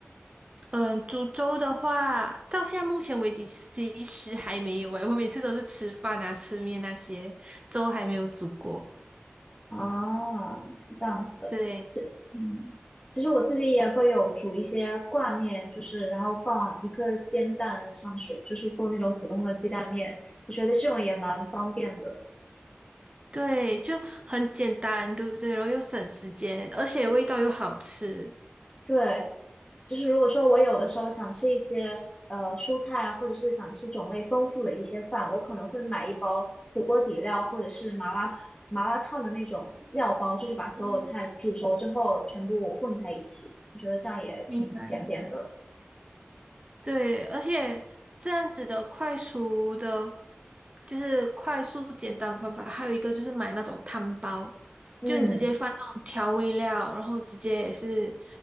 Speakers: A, on the right; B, on the left.
A: 嗯，煮粥的话，到现在目前为止其实还没有诶，我每次都是吃饭啊、吃面那些，粥还没有煮过。
B: 啊，是这样子的。
A: 对。
B: 是，嗯，其实我自己也会有煮一些挂面，就是然后放一个煎蛋上去，就是做那种普通的鸡蛋面。我觉得这种也蛮方便的。
A: 对，就很简单，对不对？然后又省时间，而且味道又好吃。
B: 对，就是如果说我有的时候想吃一些呃蔬菜啊，或者是想吃种类丰富的一些饭，我可能会买一包火锅底料或者是麻辣烫麻辣烫的那种料包，就是把所有菜煮熟之后全部混在一起。
A: 嗯，
B: 我觉得这样也挺简便的。
A: 明白。对，而且这样子的快速的，就是快速简单方法，还有一个就是买那种汤包，
B: 嗯，
A: 就你直接放那种调味料，然后直接也是，